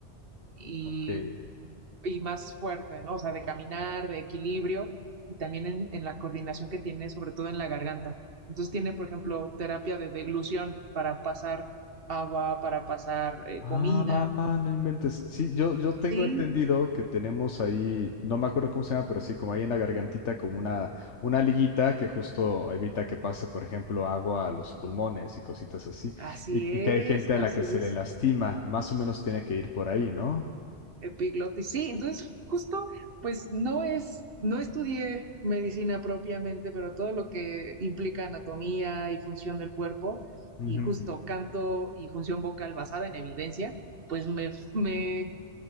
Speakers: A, on the right; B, on the left.
A: y
B: ok.
A: y más fuerte, ¿no? O sea, de caminar, de equilibrio y también en, en la coordinación que tiene, sobre todo en la garganta. Entonces tiene, por ejemplo, terapia de deglución para pasar agua, para pasar eh,
B: Ah,
A: comida.
B: no inventes. Sí, yo, yo tengo
A: Sí,
B: entendido que tenemos ahí, no me acuerdo cómo se llama, pero sí, como ahí en la gargantita, como una, una liguita que justo evita que pase, por ejemplo, agua a los pulmones y cositas así.
A: así
B: Y,
A: es,
B: y que hay gente
A: así
B: a la que se
A: es.
B: le lastima, más o menos tiene que ir por ahí, ¿no?
A: Epiglotis, sí. Entonces, justo, pues no es, no estudié medicina propiamente, pero todo lo que implica anatomía y función del cuerpo
B: Ujú,
A: y justo canto y función vocal basada en evidencia, pues me, me